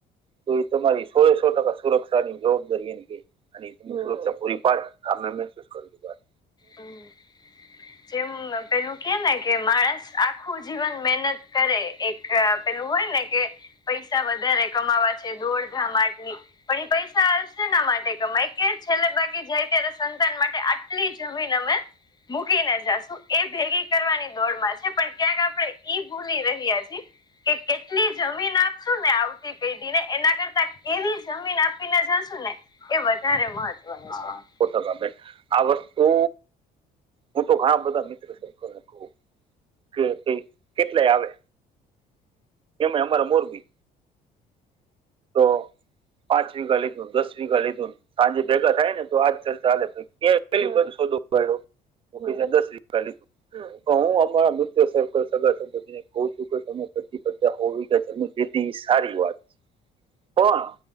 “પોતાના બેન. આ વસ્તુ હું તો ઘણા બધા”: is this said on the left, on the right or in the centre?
Right